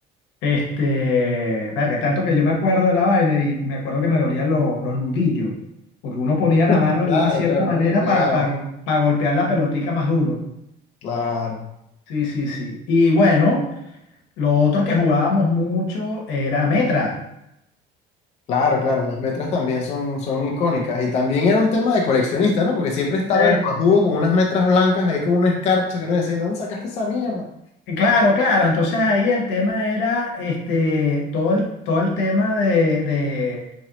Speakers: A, on the left (about 80°); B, on the left (about 35°).
A: Este, verga, tanto que yo me acuerdo de la vaina y, y me acuerdo que me dolían lo- los nudillos, porque uno ponía la
B: <laughs>
A: mano
B: Claro,
A: de una cierta
B: claro,
A: manera
B: no le pegaba.
A: para golpear la pelotica más duro.
B: Claro,
A: Sí, sí, sí. Y bueno. Lo otro que jugábamos mucho era Metra.
B: claro, claro, las metras también son, son icónicas y también era un tema de coleccionista, ¿no? Porque siempre estaba
A: ¿vale?
B: el pajugo con unas metras blancas ahí con una escarcha que uno decía, ¿dónde sacaste esa mierda?
A: Eh, claro, claro. Entonces ahí el tema era este, todo el, todo el tema de, de-